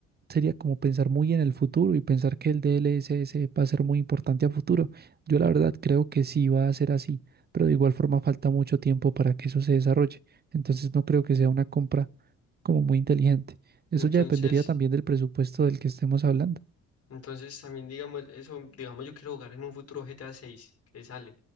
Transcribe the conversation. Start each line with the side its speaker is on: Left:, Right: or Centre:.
Right: sería como pensar muy en el futuro y pensar que el DLSS va a ser muy importante a futuro. Yo la verdad creo que sí va a ser así, pero de igual forma falta mucho tiempo para que eso se desarrolle. Entonces no creo que sea una compra como muy inteligente. Eso
Left: Entonces
Right: ya dependería también del presupuesto del que estemos hablando.
Left: Entonces también digamos eso, digamos yo quiero jugar en un futuro GTA 6 que sale.